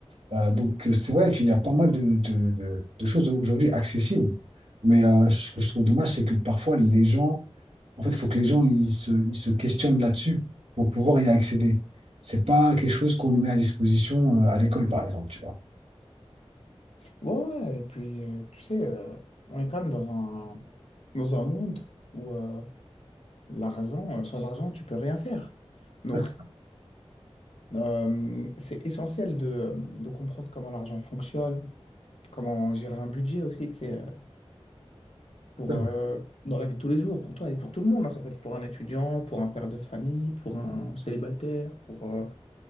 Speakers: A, on the right (about 80°); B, on the left (about 75°).
A: Euh, donc, euh, c'est vrai qu'il y a pas mal de, de, de- de choses aujourd'hui accessibles. Mais euh, ce que je trouve dommage, c'est que parfois, les gens, en fait, il faut que les gens ils se, ils se questionnent là-dessus pour pouvoir y accéder. C'est pas quelque chose qu'on nous met à disposition euh, à l'école, par exemple, tu vois.
B: Ouais, ouais, ouais. et puis, euh, tu sais, euh, on est quand même dans un, dans un monde où euh, l'argent, euh, sans argent, tu peux rien faire. Donc,
A: Ouais,
B: euh, c'est essentiel de, de comprendre comment l'argent fonctionne, comment gérer un budget aussi, tu sais, euh, pour,
A: ouais,
B: euh, dans la vie de tous les jours, pour toi et pour tout le monde. hein. Ça peut être pour un étudiant, pour un père de famille, pour un célibataire, pour, euh,